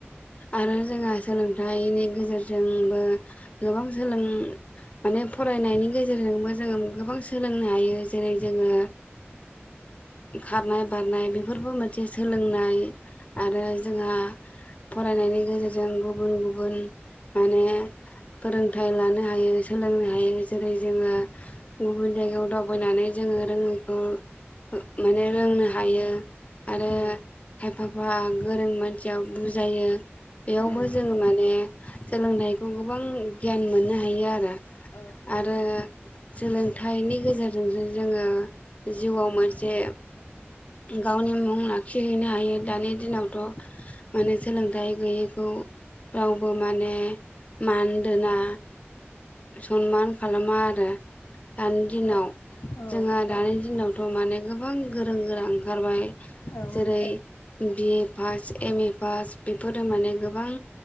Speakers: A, on the left; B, on the left.
A: आरो जोंहा सोलोंथाइनि गेजेरजोंबो गोबां सोलों माने फरायनायनि गेजेरजोंबो जोङो गोबां सोलोंनो हायो जेरै जोङो खारनाय बारनाय बेफोरबो मोनसे सोलोंनाय। आरो जोंहा फरायनायनि गेजेरजों गुबुन गुबुन माने फोरोंथाइ लानो हायो सोलोंनो हायो जेरै जोङो गुबुन जायगायाव दावबायनानै जोङो रोङैखौ माने रोंनो हायो। आरो
B: उम
A: खायफाबा गोरों मानसिया बुजायो। बेयावबो
B: उम
A: जोङो माने सोलोंथाइखौ गोबां गियान मोननो हायो आरो।
B: औ
A: आरो सोलोंथाइनि गेजेरजोंसो जोङो जिउआव मोनसे गावनि मुं लाखिहैनो हायो दानि दिनावथ'। माने सोलोंथाइ गैयैखौ रावबो माने मान दोना। सनमान खालामा आरो। दानि दिनाव
B: औ
A: जोंहा दानि दिनावथ माने गोबां गोरों गोरा ओंखारबाय।
B: औ
A: जेरै BA pass M A pass बेफोरो माने गोबां